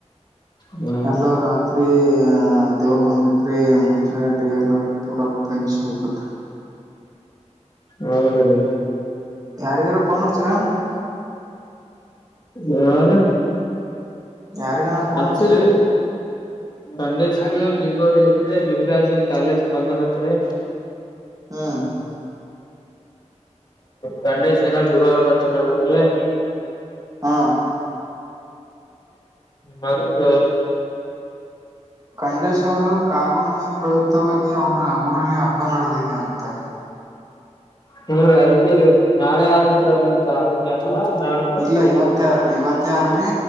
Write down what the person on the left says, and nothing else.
ಹ್ಮ್
ಹೌದ್ರಿ
ಯಾರ
ಹಚ್ಚಿರಿ
ಖಂಡೇಶ್ ಲಿಂಗ ಅವ್ರಿಗೆ ಹಚ್ಚಿರಿ ಲಿಂಗರಾಜ್ ಕಾಲೇಜ್ ಬಂದನತ್ರಿ
ಖಂಡೇಶ್ ಏನ ಗುರುವಾರ ಬರ್ತೀನಂತನ್ರಿ
ಮತ್ತ
ಹೂ ರೀ ಅದಕ್ಕೆ ನಾಳೆ ಆದಂತ್ರ ಆಗುತ್ತ ಆರಂದ ಅಲ್ವಾ ನಾಡ್ದ ಬರ್ತೇನ